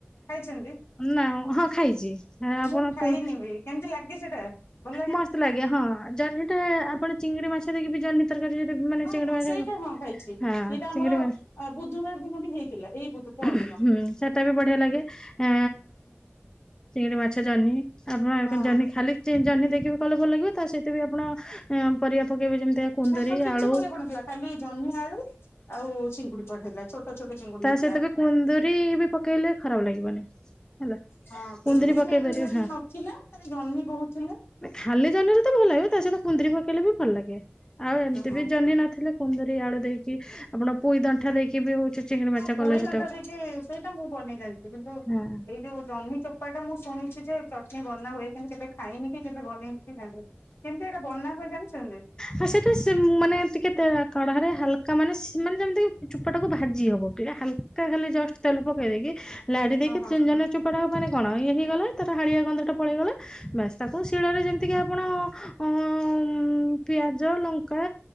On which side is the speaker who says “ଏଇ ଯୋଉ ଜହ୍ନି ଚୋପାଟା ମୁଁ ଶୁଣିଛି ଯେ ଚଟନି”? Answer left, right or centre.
Left